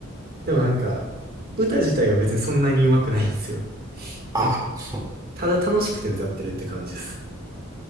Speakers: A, on the right; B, on the right.
A: でもなんか、歌自体は別にそんなに上手くないんですよ。
B: あそう。
A: なんか、ただ楽しくて歌ってるって感じです。